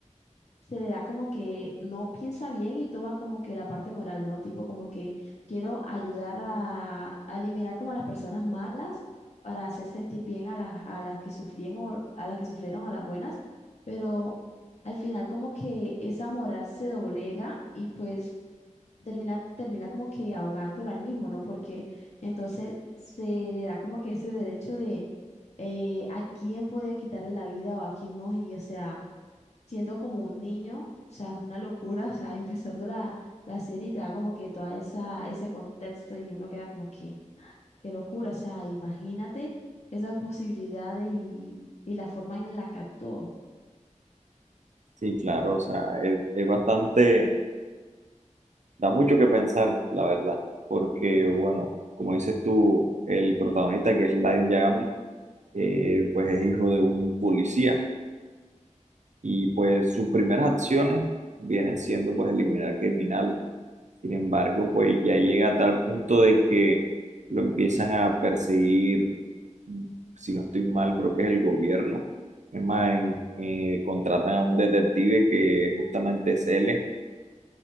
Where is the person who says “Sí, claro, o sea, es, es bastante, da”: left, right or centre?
Right